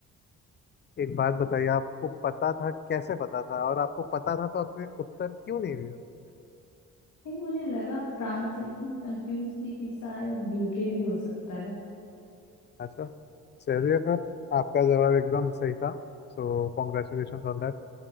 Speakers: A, on the left; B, on the left.
A: एक बात बताइए आपको पता था कैसे पता था और आपको पता था तो आपने उत्तर क्यों नहीं दिया
B: लेकिन मुझे लगा फ्रांस लेकिन मैं कंफ्यूज थी कि शायद यूके भी हो सकता है
A: अच्छा चलिए फिर आपका जवाब एकदम सही था सो कॉन्ग्रेचुलेशन ऑन दैट